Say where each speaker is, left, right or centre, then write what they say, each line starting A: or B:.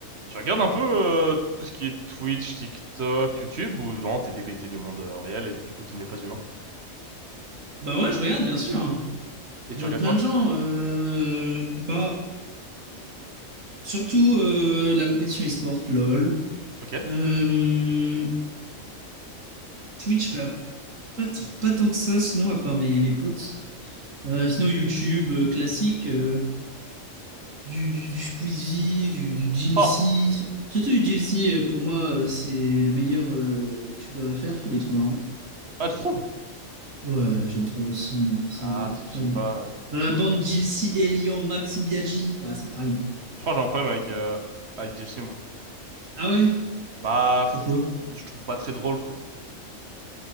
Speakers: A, on the right; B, on the right.
A: Tu regardes un peu euh, tout ce qui est Twitch, TikTok, YouTube, ou vraiment t'es déconnecté du monde euh, réel et du coup tu n'es pas humain?
B: Bah ouais, je regarde, bien sûr.
A: Et
B: Je
A: tu
B: regarde
A: regardes
B: plein
A: quoi?
B: de gens. euh, Bah, surtout euh, la compétition e-sport, LOL.
A: Ok.
B: Euh, Twitch, je regarde pas, trop- pas tant que ça, sinon, à part mes, mes potes. Euh, sinon, YouTube euh, classique, euh, du, du, du Squeezie, du, du GLC.
A: Ah!
B: Surtout du GLC, euh, pour moi, euh, c'est le meilleur euh, YouTuber FR. Il est trop marrant.
A: Ah, tu trouves?
B: Ouais, j'aime trop son humour, c'est
A: Ah,
B: prime.
A: je sais pas.
B: Dans
A: Je-
B: la
A: Moi,
B: bande,
A: je, je
B: GLC, Elian, Maxi Biaggi. Bah, c'est prime.
A: crois que j'ai un problème avec, euh, avec Jesse, moi.
B: Ah ouais?
A: Bah, pff,
B: Pourquoi?
A: je trouve pas très drôle, quoi.